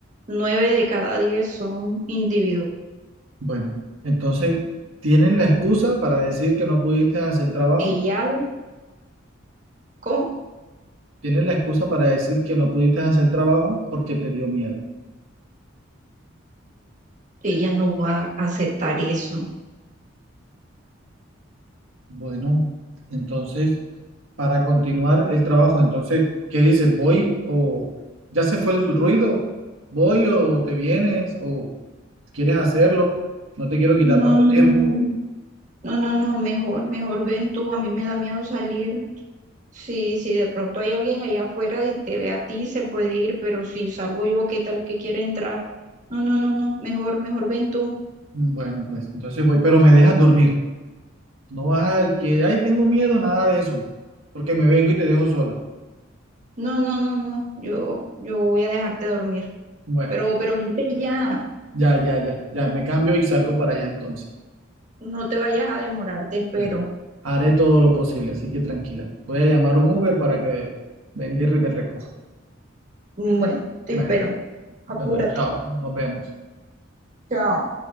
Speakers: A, on the right (about 40°); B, on the right (about 85°).
A: nueve de cada diez son individuales.
B: Bueno, entonces, ¿tienes la excusa para decir que no pudiste hacer el trabajo?
A: Ella, co-
B: ¿Tienes la excusa para decir que no pudiste hacer el trabajo porque te dio miedo?
A: ella no va a aceptar eso.
B: Bueno, entonces, para continuar el trabajo, entonces, ¿qué dices? ¿Voy o ya se fue el ruido? ¿Voy o te vienes o quieres hacerlo? No te quiero quitar
A: No,
B: tanto
A: no,
B: tiempo.
A: no, no, no, no, no, no, mejor, mejor ven tú. A mí me da miedo salir. Si, si de pronto hay alguien allá afuera y te ve a ti, se puede ir, pero si salgo yo, ¿qué tal que quiere entrar? No, no, no, no, mejor, mejor ven tú.
B: Mm, Bueno, pues entonces voy, pero me dejas dormir. No vas a que, ay, tengo miedo, nada de eso, porque me vengo y te dejo sola.
A: No, no, no, no, yo, yo voy a dejarte dormir,
B: Bueno.
A: pero, pero vente ya,
B: Ya, ya, ya, ya, me cambio y salgo para allá entonces.
A: no te vayas a demorar, te espero.
B: Me- Haré todo lo posible, así que tranquila. Voy a llamar un Uber para que venga y me recoja.
A: Bueno, te
B: Bueno,
A: espero, apúrate.
B: bueno, chao, nos vemos.
A: Chao.